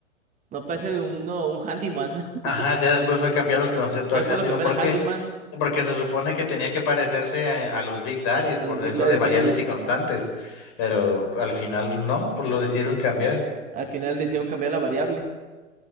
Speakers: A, on the right; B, on the left.
A: no parece un no un handyman. <laughs>
B: Ajá, ya después fue cambiado el concepto
A: Y después
B: a handyman.
A: lo cambiaron
B: ¿Por qué?
A: a handyman,
B: Porque se supone que tenía que parecerse a, a los Big Daddies,
A: a
B: por
A: los Big
B: eso
A: Daddy,
B: de variables
A: sí.
B: y constantes. Pero al final no, por lo decidieron cambiar.
A: Al final decidieron cambiar la variable.